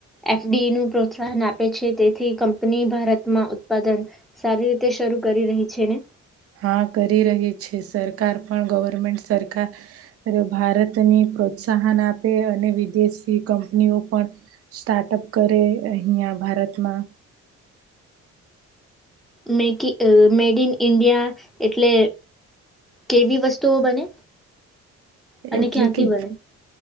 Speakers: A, in the centre; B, on the right.
A: એફ ડી નું પ્રોત્સાહન આપે છે તેથી કંપની ભારતમાં ઉત્પાદન સારી રીતે શરૂ કરી રહી છે ને.
B: હા કરી રહી છે સરકાર પણ ગવર્મેન્ટ સરકાર ભારતની પ્રોત્સાહન આપે અને વિદેશી કંપનીઓ પણ સ્ટાર્ટઅપ કરે અહંયા ભારતમાં.
A: મે કી આ મેડ ઇન ઇન્ડિયા એટલે કેવી વસ્તુઓ બને. અને
B: એટલે
A: ક્યાંથી
B: કે
A: બને